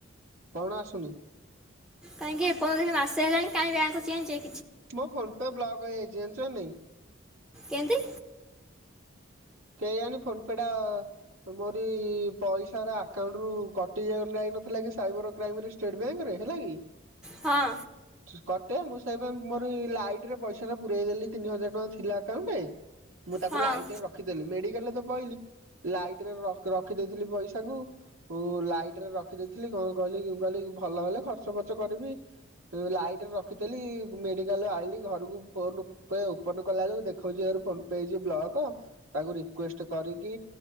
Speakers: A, on the right (about 80°); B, in the centre.
A: କଣ ଆସୁନି?
B: କାଇଁକି ଏ ପର୍ଯ୍ୟନ୍ତ ହେଇ ମାସେ ହେଲାଣି କାଇଁ ବ୍ୟାଙ୍କକୁ ଚେଞ୍ଚେ।
A: ମୋ ଫୋନ ପେ ବ୍ଲକ ହେଇଯାଇଚି ଜାଣିଚୁ ନା ନାଇଁ।
B: କେନ୍ତି?
A: କେଆଣି ଫୋନ ପେ ଟା ମୋରି ପଇସାର ଆକାଉଣ୍ଟରୁୁ କଟିଯାଉ ନାଇ ନଥିଲା କି ସାଇବର କ୍ରାଇମରେ ଷ୍ଟେଡ୍ ବ୍ୟାଙ୍କରେ ହେଲା କି <unintelligible>
B: ହଁ
A: କଟେ ମୁଁ ସ୍ ସେଇପାଇଁ ମୋର ଇ ଲାଇଟରେ ପଇସାରା ପୁରେଇ ଦେଲି ତିନି ହଜାର ଟଙ୍କା ଥିଲା ଆକାଉଣ୍ଟେ। ମୁଁ ତାକୁ
B: ହଁ
A: ଲାଇଟିରେ ରଖିଦେଲି ମେଡିକାଲରେ ତ ପଇଲି। ଲାଇଟିରେ ରକ୍ ରଖିଦେଇଥିଲି ପଇସାକୁ ମୁଁ ଲାଇଟିରେ ରଖିଦେଇଥିଲି କଣ କହିଲି କି ମୁଁ କହିଲି କି ଭଲ ହେଲେ ଖର୍ଚ୍ଚ ଫର୍ଚ କରିବି। ଉଁ ଲାଇଟିରେ ରଖିଥେଲି ଗୁ ମେଡିକାଲରୁ ଆଇଲି ଘରକୁ ଫୋନ ପେ ଓପନ କଲା ବେଳୁକୁ ଦେଖଉଚି your phone pay is block. ତାକୁ ରିକ୍ୱେଷ୍ଟ କରିକି